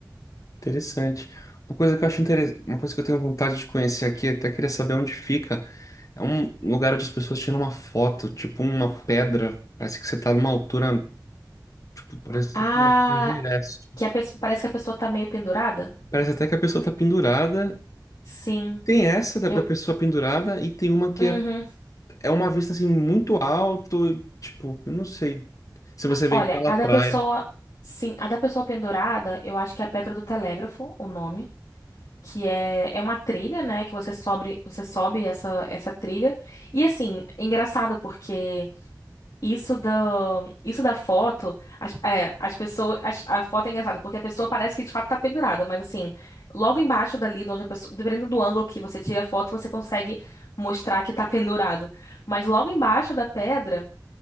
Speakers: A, on the left; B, on the left.
A: Interessante. Uma coisa que eu acho interessante, uma coisa que eu tenho vontade de conhecer aqui, até queria saber onde fica. É um lugar onde as pessoas tiram uma foto, tipo uma pedra. Parece que você tá numa altura, tipo, parece que
B: Ah,
A: você tá no Everest.
B: que a pessoa, parece que a pessoa tá meio pendurada?
A: Parece até que a pessoa tá pendurada.
B: Sim.
A: Tem essa da, da
B: Eu.
A: pessoa pendurada e tem uma que
B: Uhum.
A: é, é uma vista assim muito alto, tipo, eu não sei. Se você vem
B: Olha,
A: pela
B: a da
A: praia,
B: pessoa. Sim, a da pessoa pendurada, eu acho que é a Pedra do Telégrafo, o nome. que é, é uma trilha, né? Que você sobe, você sobe essa, essa trilha. E assim, é engraçado porque isso da, isso da foto, as, é, as pessoas, as- a foto é engraçada porque a pessoa parece que de fato tá pendurada, mas assim, logo embaixo dali, de onde a pessoa, dependendo do ângulo que você tira a foto, você consegue mostrar que tá pendurado. Mas logo embaixo da pedra,